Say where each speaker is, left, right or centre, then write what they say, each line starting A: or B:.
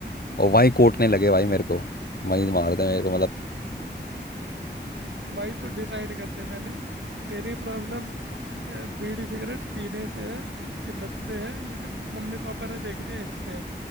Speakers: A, on the left; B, on the right.
A: और वहीं कूटने लगे भाई मेरे को वहीं मारते मेरे को मतलब
B: भाई तू डिसाइड कर ले पहले तेरी प्रॉब्लम बीड़ी सिगरेट पीने से है उसकी लत से है या फिर मम्मी पापा ने देख लिया इससे है